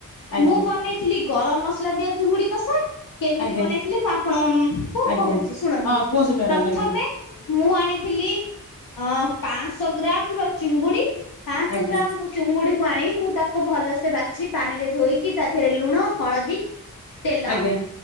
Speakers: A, on the left; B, on the left.
A: ଆଜ୍ଞା
B: ମୁଁ ବନେଇଥିଲି। ଲିଗ ଗରମ ମସଲା ଦିଆ ଚୁଙ୍ଗୁଡି କଷା କେମିତି
A: ଆଜ୍ଞା
B: ବନେଇଥିଲି ମୁଁ ଆପଣ
A: ଆଜ୍ଞା
B: କହୁଛି ଶୁଣନ୍ତୁ
A: ହଁ କୁହନ୍ତୁ ମ୍ୟାଡାମ
B: ପ୍ରଥମେ
A: ଆଜ୍ଞା
B: ମୁଁ ଆଣିଥିଲି ଅ ପାଞ୍ଚଶହ ଗ୍ରାମ ର ଚିଙ୍ଗୁଡି ପାଞ୍ଚଶହ
A: ଆଜ୍ଞା
B: ଗ୍ରାମ ଚୁଙ୍ଗୁଡିକୁ ଆଣି ମୁଁ ତାକୁ ଭଲସେ ବାଛି ପାଣି ରେ ଧୋଇକି ତା ଦେହରେ ଲୁଣ ହଳଦୀ ତେଲ
A: ଆଜ୍ଞା